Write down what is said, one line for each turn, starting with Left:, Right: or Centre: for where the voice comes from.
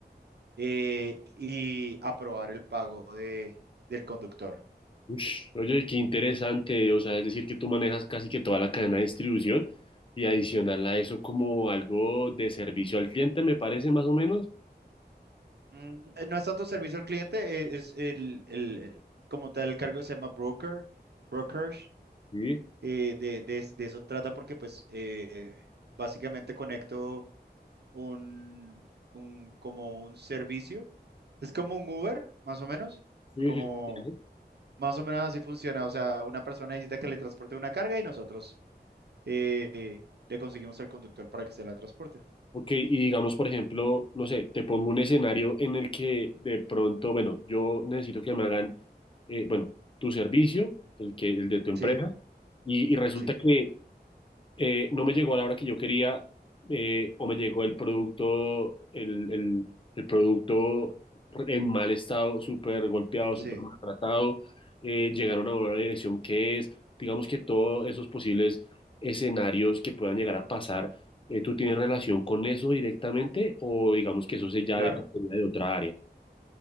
Right: eh, y aprobar el pago de, del conductor.
Left: Ush, oye, qué interesante. O sea, es decir, que tú manejas casi que toda la cadena de distribución y adicional a eso como algo de servicio al cliente, me parece más o menos.
Right: Mm, eh, No es tanto servicio al cliente, eh, es el, el- el- como tal el cargo se llama broker, brokerage,
Left: Sí,
Right: eh, de, de- de eso trata porque pues eh, básicamente conecto un, un- como un servicio, es como un Uber, más o menos,
Left: sí,
Right: como
Left: sí. sí. sí.
Right: más o menos así funciona, o sea, una persona necesita que le transporte una carga y nosotros eh, le conseguimos el conductor para que se la transporte.
Left: Ok, y digamos, por ejemplo, no sé, te pongo un escenario en el que de pronto, bueno, yo necesito que me hagan, eh, bueno, tu servicio, el que, el de tu empresa,
Right: Sí,
Left: y, y resulta
Right: sí,
Left: que eh, no me llegó a la hora que yo quería eh, o me
Right: Ujú.
Left: llegó el producto, el, el- el producto en mal estado, súper golpeado, súper
Right: sí,
Left: maltratado, eh, llegaron a una dirección que es, digamos que todos esos posibles escenarios que puedan llegar a pasar, eh, ¿tú tienes relación con eso directamente o digamos que eso se ya
Right: claro.
Left: dependería de otra área?